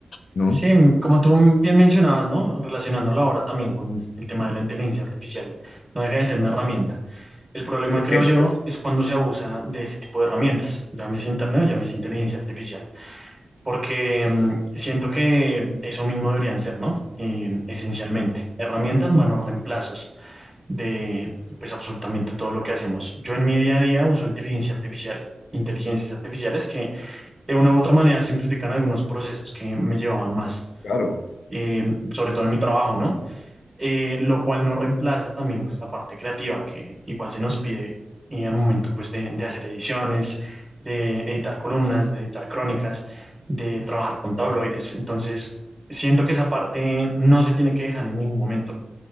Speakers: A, on the left; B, on the right.
A: ¿no?
B: Sí, m- como tú bien mencionabas, ¿no? Relacionándolo ahora también con el tema de la inteligencia artificial, no deja de ser una herramienta. El problema,
A: E-,
B: creo
A: Eso
B: yo,
A: es,
B: es cuando se abusa de ese tipo de herramientas, llámese internet o llámese inteligencia artificial, porque mm, siento que eso mismo deberían ser, ¿no? Eh, esencialmente, herramientas, manos reemplazos de pues absolutamente todo lo que hacemos. Yo en mi día a día uso inteligencia artificial, inteligencias artificiales que de una u otra manera simplifican algunos procesos que me llevaban más,
A: claro.
B: eh, sobre todo en mi trabajo, ¿no? Eh, lo cual no reemplaza también pues la parte creativa que igual se nos pide y al momento pues de, de hacer ediciones, de editar columnas, de editar crónicas, de trabajar con tabloides. Entonces, siento que esa parte no se tiene que dejar en ningún momento